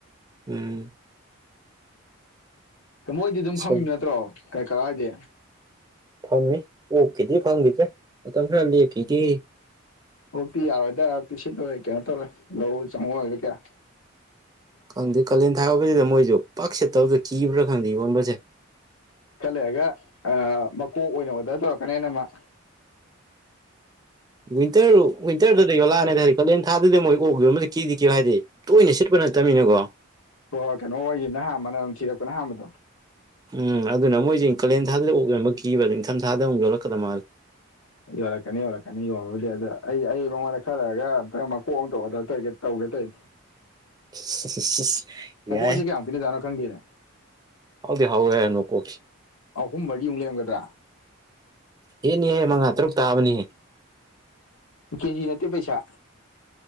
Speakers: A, on the right (about 20°); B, on the left (about 85°).
A: ꯎꯝ
B: ꯃꯣꯏꯗꯤ ꯑꯗꯨꯝ
A: ꯁꯧ
B: ꯐꯝꯃꯤꯕ ꯅꯠꯇ꯭ꯔꯣ ꯀꯩ ꯀꯔꯥꯏꯗꯤ
A: ꯐꯝꯃꯤ ꯑꯣꯛꯈꯤꯗꯤ ꯐꯪꯈꯤꯗ꯭ꯔꯦ ꯃꯇꯝ ꯈꯔ ꯂꯦꯛꯈꯤꯗꯤ
B: ꯍꯣꯛꯛꯇꯤ ꯌꯥꯔꯣꯏꯗ ꯄꯤ ꯁꯤꯠꯂꯣꯏꯣꯏ ꯀꯩꯅꯣ ꯇꯧꯔꯦ ꯂꯧꯎ ꯆꯪꯉꯨ ꯑꯣꯏꯒꯦ ꯀꯌꯥ
A: ꯈꯪꯗꯦ ꯀꯥꯂꯦꯟ ꯊꯥꯕꯁꯤꯗ ꯃꯣꯏꯁꯨ ꯄꯥꯛ ꯁꯦꯠꯇꯕꯗ ꯀꯤꯕ꯭ꯔꯥ ꯈꯪꯗꯦ ꯌꯣꯟꯕ
B: ꯈꯠꯂꯑꯒ ꯃꯀꯣꯛ ꯑꯣꯏꯅ ꯑꯣꯔꯗꯔ ꯇꯧꯔꯛꯀꯅꯤ ꯍꯥꯏ ꯅ ꯑꯃ <inaudible>
A: ꯋꯤꯟꯇꯔ ꯋꯟꯇꯔꯗ ꯌꯣ ꯂꯛꯑꯅꯦ ꯍꯥꯏꯔꯗꯤ ꯀꯥꯂꯦꯟ ꯊꯥꯗꯨꯗꯤ ꯃꯣꯏ ꯑꯣ ꯎꯈꯤꯕ ꯑꯃꯗ ꯀꯤꯗꯤ ꯀꯦꯨ ꯍꯥꯏꯗꯤ ꯇꯣꯏꯅ ꯁꯤꯠꯄ ꯅꯠꯇꯦ ꯇꯝꯃꯤꯅꯀꯣ
B: ꯍꯣꯏ ꯍꯣꯏ ꯀꯩꯅꯣ ꯑꯣꯏꯌꯦꯅ ꯍꯃꯅ ꯑꯗꯨꯝ ꯊꯤꯔꯛꯄꯅ ꯑꯍꯝꯕꯗꯣ
A: ꯎꯝ ꯑꯗꯨꯅ ꯃꯣꯏꯁꯤꯦ ꯀꯥꯂꯦꯟ ꯊꯥꯗ ꯑꯣꯛꯔꯕ ꯀꯤꯕ꯭ꯔ ꯅꯤꯡꯊꯝ ꯊꯥꯗꯨꯛ ꯌꯣꯂꯛꯀꯗ ꯃꯥꯜꯂꯦ
B: ꯌꯧꯂꯛꯀꯅꯤ ꯌꯧꯔꯛꯀꯅꯤ ꯌꯣꯂꯗꯤ ꯑꯗꯣ ꯑꯩ ꯉꯣꯟꯗ ꯈꯜꯂꯔꯒ ꯃꯀꯣꯛ ꯑꯝꯇ ꯑꯣꯗꯔ ꯇꯧꯒꯦ ꯇꯩ
A: <inaudible>
B: ꯃꯄꯣꯏ
A: ꯌꯥꯏ
B: ꯍꯧꯖꯤꯛ ꯀꯌꯥꯃꯨꯛꯀꯤꯅꯖꯥꯅꯣ ꯈꯪꯗꯦꯅꯦꯦ
A: ꯍꯥꯎꯗꯤ ꯍꯥꯎꯋꯦ ꯃꯀꯣꯛꯁꯦ
B: ꯑ ꯑꯍꯨꯝ ꯃꯔꯤ ꯑꯃꯨꯛ ꯂꯩꯔꯝꯒꯗ
A: ꯑꯦꯅꯦꯍꯦ ꯃꯉꯥ ꯇꯔꯨꯛ ꯇꯥꯕꯅꯤꯍꯦ
B: ꯀꯦꯖꯤ ꯅꯠꯇ ꯄꯩꯁꯥ